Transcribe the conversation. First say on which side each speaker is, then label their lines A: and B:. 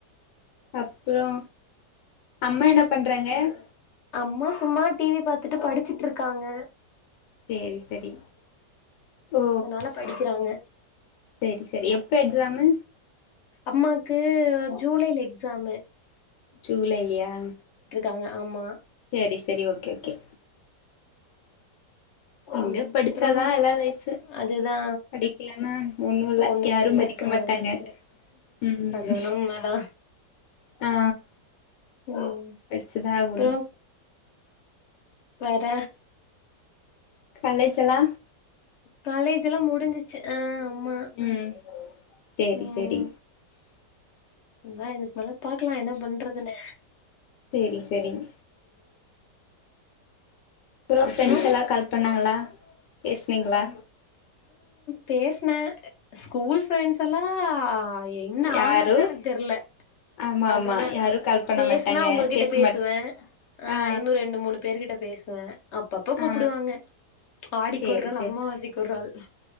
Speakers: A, on the left; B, on the left.
A: அப்புறோ அம்மா என்ன பண்றாங்க
B: அம்மா சும்மா டிவி பாத் துட்டு படிச்சிட்ருக்காங்க
A: சேரி சரி ஓ
B: அதனால படிக்கிறாங்க
A: சேரி சரி எப்ப எக்ஸாமு
B: அம்மாக்கு ஒர் ஜூலைல எக்ஸாமு
A: ஜுலைல்யா
B: காங்க அம்மா
A: சேரி சரி ஓகே ஒகே பிங்க
B: ம்
A: படிச்சாதா
B: அப்றோ
A: எல்லா லைஃப்பு
B: அதுதா
A: படிக்லன்னா ஒன்னு இல்ல
B: ஒண்ணுமே
A: யாரு
B: இல்ல
A: மதிக்க
B: அது
A: மாட்டாங்க ம்
B: அது வேணா உண்மதா
A: அ
B: ம்
A: படிச்சிதா ஆகணு
B: அப்றோ வேற
A: கலேஜல்லா
B: காலேஜ்ல்லா முடிஞ்சிச்சு அ ஆமா
A: ம் சேரி
B: ம்
A: சேரி
B: அதா இதுக்கு மேல பாக்கலா என்ன பண்றதுனு
A: சேரி சரிங்க புரோ
B: அப்றோ
A: ஃப்ரெண்ட்ஸ் எல்லா கால் பண்ணாங்ளா பேஸ்னிங்ளா
B: பேஸ்ன ஸ்கூல் ஃப்ரெண்ட்ஸலா என்ன
A: யாரு
B: ஆனாங்கனே எனக்கு தெர்ல
A: ஆமா
B: அதுதா
A: ஆமா யாரு கால் பண்ண
B: பேஸ்னா
A: மாட்டாங்க
B: உங்ககிட்ட
A: பேச
B: பேசுவ
A: மாட்
B: அ
A: ஆ
B: இன்னு ரெண்டு மூணு பேரு கிட்ட பேசுவ அப்பப்ப கூப்புடுவாங்க
A: ஆ
B: ஆடிக்கொருநாள்
A: சேரி சேரி
B: அம்மாவாசைக்கொருநாள்